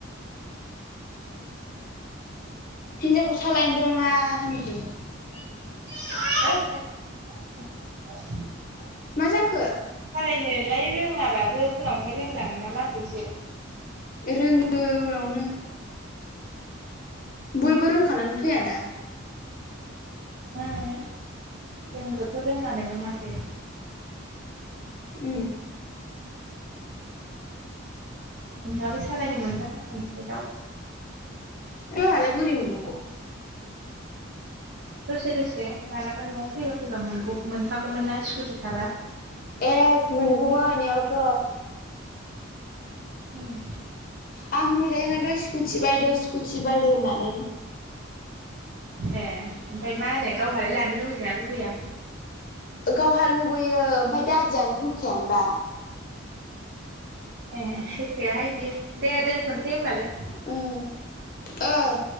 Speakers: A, on the left; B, on the right.
A: हिनजावखौ सालायनो रोङा होनबाय थायो।
B: <inaudible>
A: मा जाखो
B: सालायनोलाय रोङाबाबो उनावहाय रोंलाङोना लासैसो
A: रोङो उनावनो बयबो रोंखानानै फैयाना
B: ओम जोंबोथ' रोङानोमोन माथो।
A: ओम
B: नोंहाबो सालायनो मोनफाथारगोन साइदाव
A: जोंहालाय बोरै मोननांगौ।
B: दसे दसे मालाबा न'आव फैबा फैबा मोनगौ मोनखागौमोन ना स्कुटि थाबा
A: ए मोनगौमोन इयावथ'
B: उम
A: आं होनबाय थायो ओंखायथ' स्कुटि बायदो स्कुटि बायदो होननानै।
B: ए ओमफ्राय मा होनो गावहालाय लानो लुगैगोनना लुगैया?
A: गावहा लुबैयो ओमफाय दादियानो होखायानोबा।
B: ए होखायाहाय बियो दे दोनथ'नोसै होनबालाय
A: ओम औ